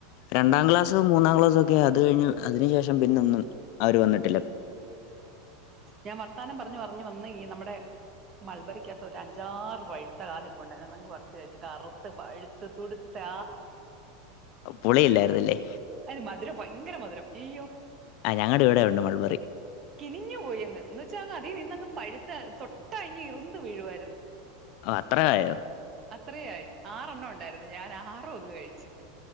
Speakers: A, on the left; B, on the right.
A: രണ്ടാം ക്ലാസ്, മൂന്നാം ക്ലാസ്, ഒക്കെ അത് കഴിഞ് അതിനു ശേഷം പിന്നൊന്നും അവർ വന്നിട്ട്-
B: ഉം ഞാൻ വർത്താനം പറഞ്ഞു പറഞ്ഞു വന്ന് ഈ നമ്മുടെ
A: <unintelligible>
B: മൾബറിക്കകത്ത് ഒരു അഞ്ചാറ് വഴുത്ത കണ ഇപ്പ ഉണ്ടായിങ്ങ് പറിച്ച് കഴിച്ച് കറുത്ത് വഴുത്ത് തുടുത്ത്
A: പുളിയില്ലായിരുന്നല്ലേ
B: അത് ആ മധുരം ഭയങ്കര മധുരം അയ്യോ ആ
A: ആ ഞങ്ങളുടെ ഇവിടെ ഉണ്ട് മൾബറി.
B: കിനിഞ്ഞു പോയി അങ് എന്ന് വെച്ചാ അങ്ങ് അതീ നിന്നങ്ങ് പഴുത്ത് തൊട്ട അഞ് ഇറന്ത്‌ വീഴുവായിരുന്നു.
A: അത്രയായോ?
B: അത്രയായി ആറെ എണ്ണം ഉണ്ടായിരുന്നു ഞാൻ ആറും അങ്ങ് കഴിച്ച്. ആ